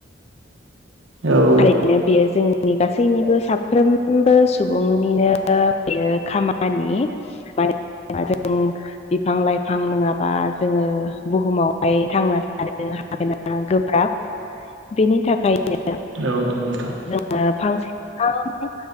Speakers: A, on the right; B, on the left.
A: औ औ
B: थारैनो। बेयो जोंनि गासैनिबो साफ्रोमबो सुबुंनिनो बेयो खामानि। <unintelligible> बिफां लाइफां नङाबा जोंङो बुहुमावहाय थांना थानो हा हानाया गोब्राब बेनि थाखायनो
A: औ औ नोंथां।
B: जोंङो फांसे बिफां